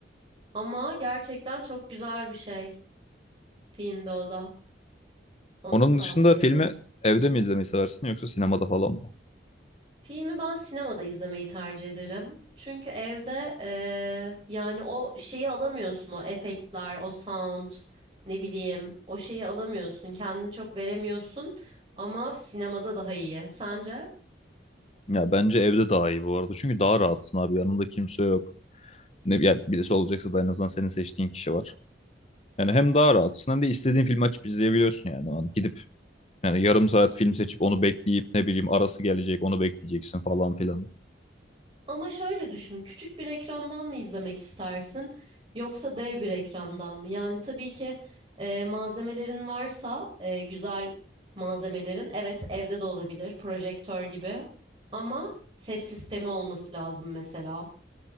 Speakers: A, on the right (about 30°); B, on the left (about 35°).
A: Ama gerçekten çok güzel bir şey filmde o da. Onu
B: Onun
A: da tavsiye
B: dışında filmi
A: ederim.
B: evde mi izlemeyi seversin yoksa sinemada falan mı?
A: Filmi ben sinemada izlemeyi tercih ederim. Çünkü evde eee, yani o şeyi alamıyorsun o efektler, o sound, ne bileyim o şeyi alamıyorsun. Kendini çok veremiyorsun ama sinemada daha iyi. Sence?
B: Ya bence evde daha iyi bu arada. Çünkü daha rahatsın abi yanında kimse yok. Ne, ya birisi olacaksa da en azından senin seçtiğin kişi var. Yani hem daha rahatsın hem de istediğin filmi açıp izleyebiliyorsun yani. O an Gidip Yani yarım saat film seçip onu bekleyip ne bileyim arası gelecek onu bekleyeceksin falan filan.
A: Ama şöyle düşün, küçük bir ekrandan mı izlemek istersin yoksa dev bir ekrandan mı? Yani tabii ki e, malzemelerin varsa e, güzel malzemelerin evet evde de olabilir projektör gibi ama ses sistemi olması lazım mesela.